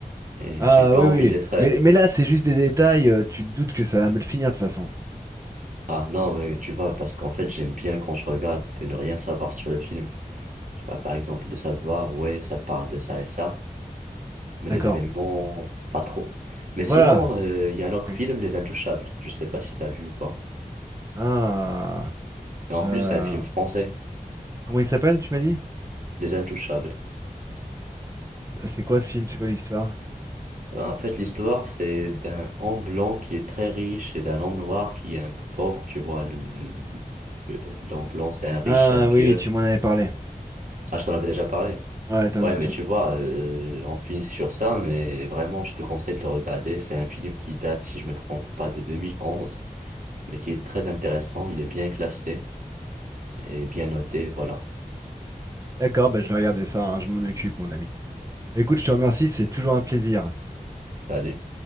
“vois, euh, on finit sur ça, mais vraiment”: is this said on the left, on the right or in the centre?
Right